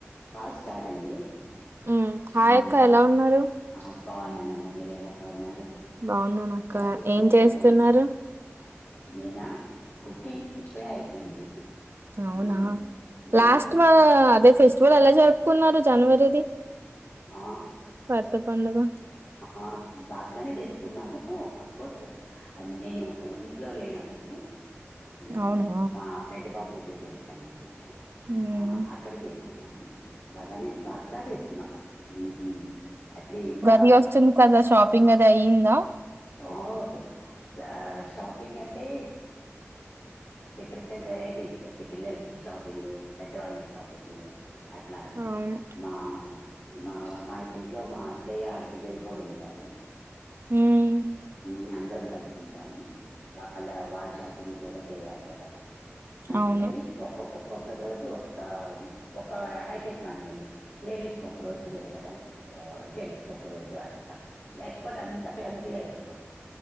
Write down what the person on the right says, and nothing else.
ఉమ్ hi
అక్క ఎలా ఉన్నారు
బాగున్నానక్క
ఏం చేస్తున్నారు
ఉమ్ అవునా
లాస్ట్ మా అదే ఫెస్ వల్ ఎలా జరుపుకున్నారు జనవరిది
పెద్ద పండుగ.
అవునా!
హ్మ్.
మీ హౌస్ సెమి కదా షాపింగ్ అది అయ్యిందా
అవును.
హ్మ్.
అవును.